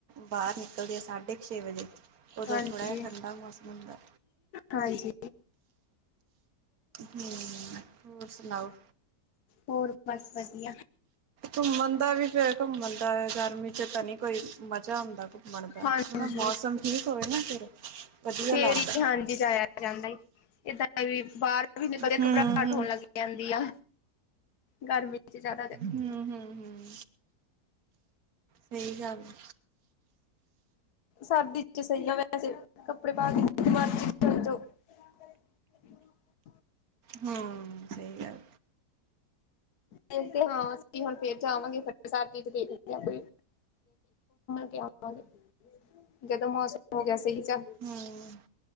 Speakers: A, on the right; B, on the left.
A: ਬਾਹਰ ਨਿਕਲਦੇ ਆ ਸਾਢੇ ਕੁ ਛੇ ਵਜੇ। ਉਦੋਂ
B: ਹਾਂਜੀ,
A: ਥੋੜ੍ਹਾ ਜਿਹਾ ਠੰਢਾ ਮੌਸਮ ਹੁੰਦਾ।
B: ਹਾਂਜੀ
A: ਹਮ ਹੋਰ ਸੁਣਾਓ।
B: ਹੋਰ ਬਸ ਵਧੀਆ
A: ਘੁੰਮਣ ਦਾ ਵੀ ਫਿਰ ਘੁੰਮਣ ਦਾ ਗਰਮੀ ਚ ਤਾਂ ਨਹੀਂ ਕੋਈ ਮਜ਼ਾ ਆਉਦਾ ਬਣਦਾ
B: ਹਾਂਜੀ।
A: ਹੁਣ ਮੌਸਮ ਠੀਕ ਹੋਵੇ ਫਿਰ ਵਧੀਆ
B: ਫੇਰ
A: ਲੱਗਦਾ।
B: ਹੀ ਹਾਂਜੀ ਜਾਇਆ ਜਾਂਦਾ ਏਦਾਂ ਵੀ ਬਾਹਰ ਵੀ ਨਿਕਲਦੇ
A: ਹੂੰ-ਹੂੰ,
B: ਘਬਰਾਹਟ ਹੋਣ ਲੱਗ ਜਾਂਦੀ ਆ ਗਰਮੀ ਚ ਜ਼ਿਆਦਾ ਤੇ
A: ਹਮ ਹਮ ਹਮ ਸਹੀ ਗੱਲ ਆ
B: ਸਰਦੀ ਚ ਸਹੀ ਆ ਵੈਸੇ ਕੱਪੜੇ ਪਾ ਕੇ ਮਰਜ਼ੀ ਚ ਜਾਓ <inaudible>
A: ਹਮ ਸਹੀ ਗੱਲ
B: ਦੇਖਦੇ ਹਾਂ ਅਸੀਂ ਹੁਣ ਫੇਰ ਜਾ ਆਵਾਂਗੇ ਫ ਸਾਰ ਚੀਜ਼ ਦੇਖਦੇ ਆ ਕੋਈ ਕਿ ਆਗੇ ਜਦੋਂ ਮੌਸਮ ਹੋ ਗਿਆ ਸਹੀ ਚ
A: ਹੂੰ।